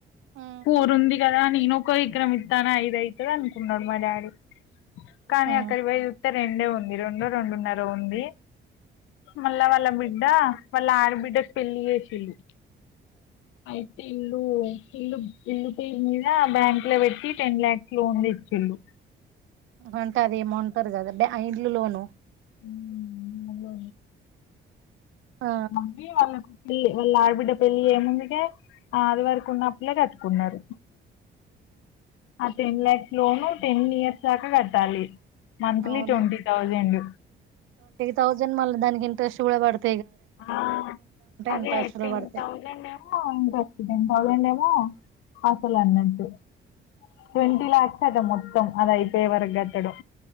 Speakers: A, on the right; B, on the left.
A: ఆ
B: పోరుంది ఇదా నేనుకో ఎకరం ఇత్తే ఐదు అయితది అనుకున్నాడు మ డాడి కానీ
A: ఆ
B: అక్కడి బోయి చూత్తే రెండే ఉంది రెండో రెండున్నర ఉంది మల్లా వాళ్ళ వాళ్ళ ఆడబిడ్డ పెళ్లి చేసిండు ఐ ఇల్లు ఇల్లు ఇల్లు పేరు మీద బ్యాంక్ లో పెట్టి టెన్ లాక్స్ లోన్ తెచ్చిల్ళు
A: అంటే అది ఏమంటారు కదా ఇల్లు లోను
B: ఉ
A: ఆ
B: మమ్మి వాళ్ళకు వాళ్ళ ఆడబిడ్డ పెళ్లి ఏముందుకే అది వరకు ఉన్న అప్పులేే కట్టుకున్నారు అపెండ్లాయప్ప లోను టెన్ ఇయర్స్ దాకా కట్టాలి మంత్లీ
A: అవును
B: ట్వంటీ థౌజండ్
A: థౌసండ్ మల్లి దానికి ఇంట్రెస్ట్ కూడా కడతాం
B: ఆ అదే
A: ఇంట్రెస్ట్లు పడతాయి
B: థౌసండ్ ఏమో ఇంట్రస్ట్ థౌసండ్ ఏమో అసలు అన్నటు ట్వంటీ లాక్స్ అద మొత్తం అది అయిపోయే వరకు కట్టడం